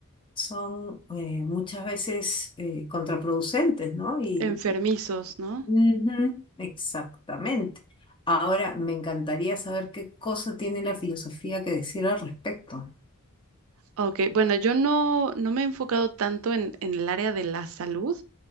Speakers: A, on the left (about 25°); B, on the right (about 65°).
A: son eh, muchas veces eh, contraproducentes, ¿no? Y
B: Enfermizos, ¿no?
A: Ujú, exactamente. Ahora, me encantaría saber qué cosa tiene la filosofía que decir al respecto.
B: Ok, bueno, yo no, no me he enfocado tanto en, en el área de la salud,